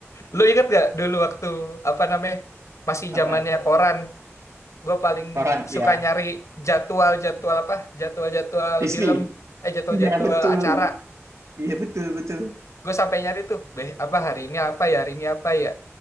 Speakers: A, on the left; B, on the right.
A: lu inget gak dulu waktu apa namanya masih
B: Apaan?
A: zamannya koran gue paling
B: Koran, ya.
A: suka nyari jadwal jadwal apa jadwal jadwal
B: Disney.
A: film eh jadwal
B: Iya
A: jadwal
B: betul.
A: acara
B: Iya betul betul.
A: gue sampai nyari tuh beh apa hari ini apa ya hari ini apa ya